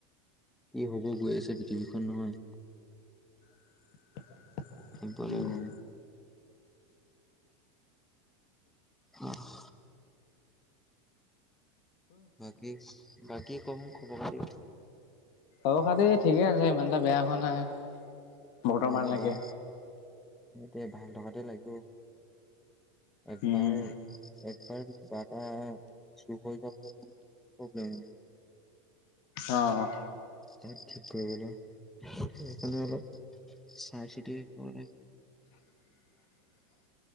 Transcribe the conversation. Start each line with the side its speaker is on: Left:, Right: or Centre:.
Centre: ই হ'ব গৈ আছে পৃথিৱীখন নহয়।
Left: <inaudible>
Centre: অলপ
Left: উম।
Centre: আহ বাকী বাকী কোন খবৰ খাতি?
Left: অ খাাদ ঠিকে আছে ইমানটা বেয়া হোৱা নাই। বৰ্তমানলৈকে।
Centre: ইমানটা বেয়া নাই ভাল থকাতে লাগে। একবাৰ
Left: উম
Centre: একবাৰ কিবা এটা। চুহৈব প্ৰ প্ৰব্লেম
Left: অ'
Centre: তাত ঠিক কৰিবলৈ সেইকাৰণে অলপ চাই চিৰি ক
Left: <inaudible>